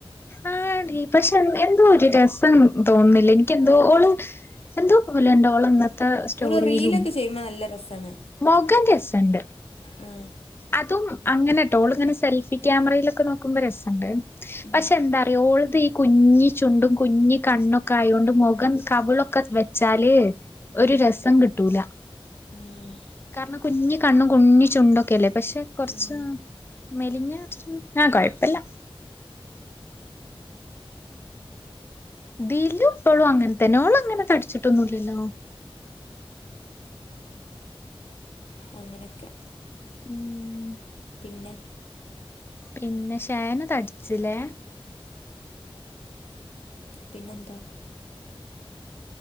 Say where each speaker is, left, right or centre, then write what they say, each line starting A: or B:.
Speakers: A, on the left (about 25°); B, on the left (about 85°).
A: ആ ഡി പക്ഷെ എന്തോ ഒരു രസം തോന്നുന്നില്ല എനിക്ക് എന്തോ ഓള് എന്തോ പോലയുണ്ട് ഇന്നത്തെ സ്റ്റോറിയിലും
B: ഓള് റീലൊക്കെ ചെയ്യുമ്പോ നല്ല രസാണ്
A: മോഖം രസുണ്ട്
B: ആ
A: അതും അങ്ങനെട്ടോ ഓളിങ്ങനെ സെൽഫി ക്യാമറയിലൊക്കെ നോക്കുമ്പോ രസുണ്ട്
B: ഉം
A: പക്ഷെ എന്താറിയോ ഓള്ളത് ഈ കുഞ്ഞി ചുണ്ടും കുഞ്ഞ് കണ്ണൊക്കെ ആയോണ്ട് മുഖം കവിളൊക്കെ വെച്ചാല്
B: ഉം
A: ഒരു രസം കിട്ടൂല
B: ഉം
A: കാരണം കുഞ്ഞ്കണ്ണും കുഞ്ഞ് ചുണ്ടൊക്കെല്ല പക്ഷെ കുറച്ച്
B: ഉം
A: മെലിഞ്ഞ ആ കുഴപ്പില്ല ദിലും ഇപ്പോളും അങ്ങന തന്നെ ഓള് അങ്ങനെ തടിച്ചിട്ടൊന്നുമില്ലല്ലോ
B: അങ്ങനെയൊക്കെ
A: ഉം
B: പിന്നെ
A: പിന്നെ ഷേന തടിച്ചില്ലേ
B: പിന്നെ എന്താ